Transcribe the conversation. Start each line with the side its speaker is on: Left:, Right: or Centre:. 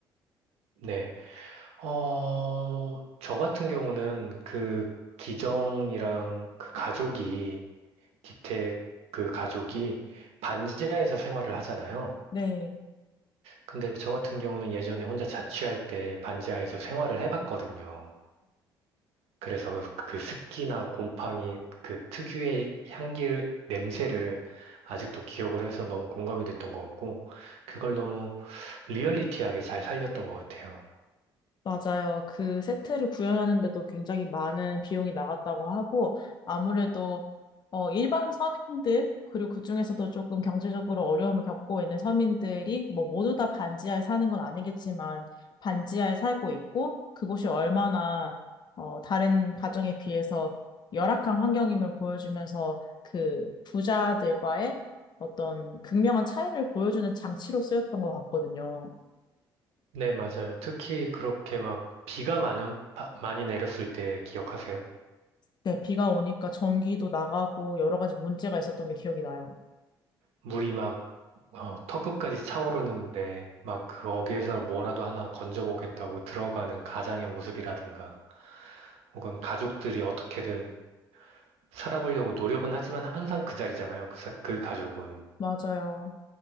Right: 네. 어, 저 같은 경우는 그 기정이랑 그 가족이, 기택 그 가족이 반지하에서 생활을 하잖아요.
Left: 네.
Right: 근데 저 같은 경우는 예전에 혼자 자취할 때 반지하에서 생활을 해봤거든요. 그래서 그 습기나 곰팡이 그 특유의 향기 냄새를 아직도 기억을 해서 너무 공감이 됐던 것 같고, 그걸 너무 리얼리티하게 잘 살렸던 것 같아요.
Left: 맞아요. 그 세트를 구현하는데도 굉장히 많은 비용이 나갔다고 하고, 아무래도, 어, 일반 서민들, 그리고 그중에서도 조금 경제적으로 어려움을 겪고 있는 서민들이, 뭐, 모두 다 반지하에 사는 건 아니겠지만, 반지하에 살고 있고, 그곳이 얼마나, 어, 다른 가정에 비해서 열악한 환경임을 보여주면서, 그 부자들과의 어떤 극명한 차이를 보여주는 장치로 쓰였던 것 같거든요.
Right: 네, 맞아요. 특히 그렇게 막 비가 많이, 온- 바- 많이 내렸을 때 기억하세요?
Left: 네, 비가 오니까 전기도 나가고 여러 가지 문제가 있었던 게 기억이 나요.
Right: 물이 막 어, 턱끝까지 차오르는데 막 그 어귀에서 뭐라도 하나 건져보겠다고 들어가는 가장의 모습이라든가. 혹은 가족들이 어떻게든 살아보려고 노력은 하지만 항상 그 자리잖아요. 그, 사- 그 가족은.
Left: 맞아요.